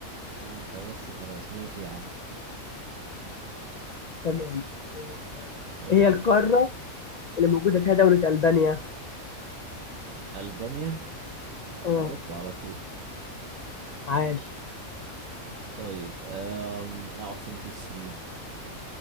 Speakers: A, on the right; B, on the left.
A: آه أنت بص خلاص ماشي يا عم
B: تمام آه،
A: قول
B: إيه هي
A: لي
B: القارة
A: أنت
B: اللي موجودة فيها دولة ألبانيا
A: ألبانيا آه،
B: اه
A: أوروبا على طول
B: عاش
A: طيب أم... إيه عاصمة السويد